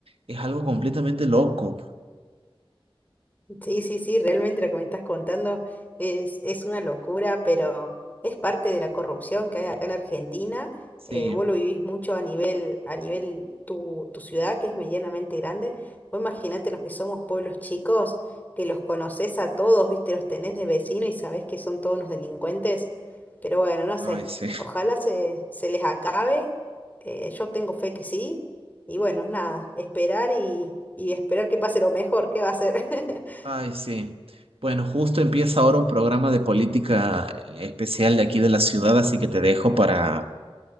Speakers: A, on the right; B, on the left.
A: Es algo completamente loco.
B: Sí, sí, sí, realmente lo que me estás contando es, es una locura, pero es parte de la corrupción que hay acá en Argentina.
A: Sí,
B: Eh, vos lo vivís mucho a nivel, a nivel tu, tu ciudad, que es medianamente grande. Vos imaginate los que somos pueblos chicos, que los conocés a todos, viste, los tenés de vecino y sabés que son todos unos delincuentes. Pero bueno, no
A: ay,
B: sé,
A: sí, <laughs>
B: ojalá se, se les acabe. eh, yo tengo fe que sí. Y bueno, nada, esperar y, y esperar que pase lo mejor, ¿qué va a ser? <laughs>
A: ay, sí. Bueno, justo empieza ahora un programa de política eh, especial de aquí de la ciudad, así que te dejo para,